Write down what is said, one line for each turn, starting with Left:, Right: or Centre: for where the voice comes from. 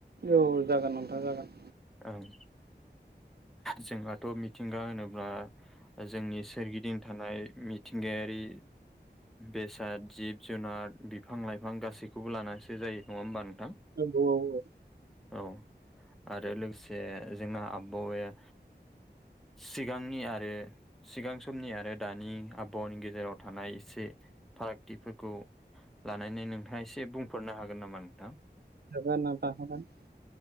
Right: औ- जागोन नोंथां जागोन
Centre: ओं जोंहाथ' मिथिंगा होनोब्ला जोंनि सोरगिदिं थानाय मिथिंगायारि बेसाद जिब जुनार बिफां लाइफां गासैखौबो लानानैासो जायो नङा होमबा नोंथां
Right: नोंगौ औ औ।
Centre: औ आरो लोगोसे जोंना आबहावाया सिगांनि आरो सिगां समनि आरो दानि आबहावानि गेजेराव थानाय एसे फारागथिफोरखौ लानानै नोंथाङा एसे बुंफोररनो हागोन नामा नोंथां
Right: <unintelligible>